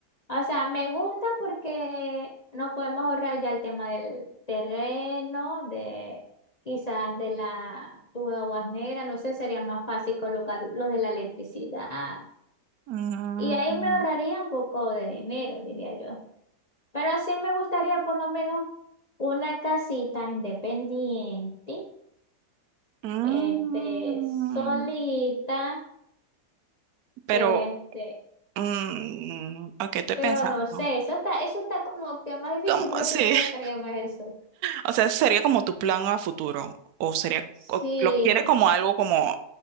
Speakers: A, on the left; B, on the right.
A: O sea, me gusta porque nos podemos ahorrar ya el tema del terreno, de quizás de la tuba guasnera, no sé, sería más fácil colocar los de la electricidad.
B: Mm,
A: Y ahí me ahorraría un poco de dinero, diría yo. Pero sí me gustaría por lo menos una casita independiente,
B: mm,
A: este, solita,
B: pero,
A: este,
B: mm, ok, estoy
A: Pero
B: pensando.
A: no sé, eso está, eso está como que más difícil,
B: Como,
A: pero
B: sí.
A: sí me gustaría
B: <laughs>
A: más eso.
B: O sea, sería como tu plan a futuro. O sería, o
A: Sí.
B: lo quieres como algo como